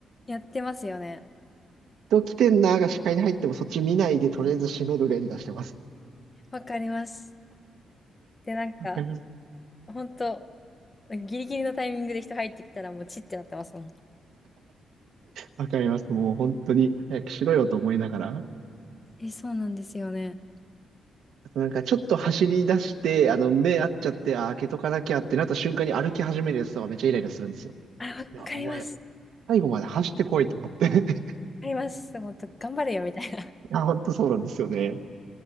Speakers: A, on the left (about 20°); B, on the right (about 85°).
A: やってますよね。
B: <laughs> 人来てんなーが視界に入ってもそっち見ないでとりあえず閉める連打してます。
A: わかります。で、なんか、
B: わかります。
A: 本当ギリギリのタイミングで人入ってきたらもうチッてなってますもん。
B: わかります。もう本当に早くしろよと思いながら。
A: え、そうなんですよね。
B: あとなんかちょっと走り出して、あの目合っちゃって、あー、開けとかなきゃってなった瞬間に歩き始めるやつとかめっちゃイライラするんですよ。
A: あ、
B: いや、
A: わかります。
B: お前、最後まで走ってこいと思って。<laughs>
A: わかります。もっと、頑張れよ、みたいな。
B: いや、本当そうなんですよね。